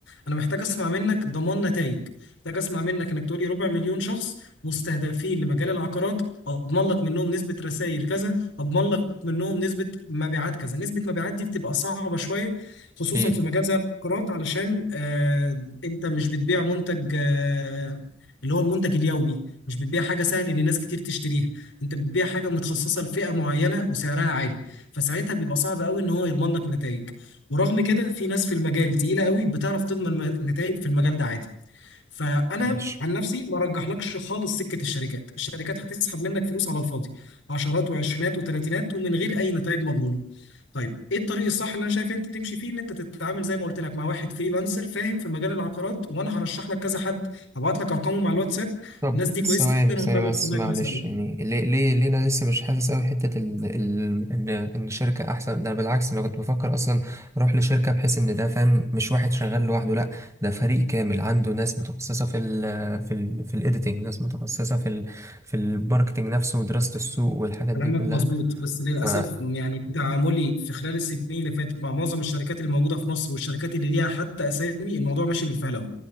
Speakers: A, on the left; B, on the right.
A: أنا محتاج أسمع منك ضمان نتائج محتاج أسمع منك إنك تقولي ربع مليون شخص مستهدفين لمجال العقارات أضمن لك منهم نسبة رسائل كذا أضمن لك منهم نسبة مبيعات كذا نسبة مبيعات دي بتبقى صعبة شوية خصوصا
B: أكيد
A: في مجال زي العقارات علشان آه أنت مش بتبيع منتج آه اللي هو المنتج اليومي مش بتبيع حاجة سهل إن ناس كتير تشتريها انت بتبيع حاجه متخصصه لفئه معينه وسعرها عالي فساعتها بيبقى صعب قوي ان هو يضمن لك نتائج ورغم كده في ناس في المجال تقيله قوي بتعرف تضمن نتائج في المجال ده عادي فانا
B: ماشي
A: عن نفسي ما رجحلكش خالص سكه الشركات الشركات هتسحب منك فلوس على الفاضي عشرات وعشرينات وتلاتينات ومن غير اي نتائج مضمونه طيب ايه الطريق الصح اللي انا شايف انت تمشي فيه ان انت تتعامل زي ما قلت لك مع واحد فريلانسر فاهم في مجال العقارات وانا هرشح لك كذا حد هبعت لك ارقامه مع الواتساب
B: طب
A: الناس دي كويسه
B: ثواني
A: جدا
B: ثواني
A: وفاهمه
B: بس
A: الشغلانه
B: معلش
A: كويسه قوي
B: يعني ليه ليه ليه انا لسه مش حاسس قوي حته ال... ال... ان ان شركه احسن ده أنا بالعكس انا كنت بفكر اصلا اروح لشركه بحيث ان ده فاهم مش واحد شغال لوحده لا ده فريق كامل عنده ناس متخصصه في ال... في ال... في الايديتنج ناس متخصصه في ال... في الماركتنج نفسه ودراسه السوق والحاجات
A: كلامك
B: دي كلها
A: مظبوط بس للأسف
B: ف
A: يعني تعاملي في خلال السنين اللي فاتت مع معظم الشركات اللي موجودة في مصر والشركات اللي ليها حتى أسامي الموضوع ماشي بالفهلوة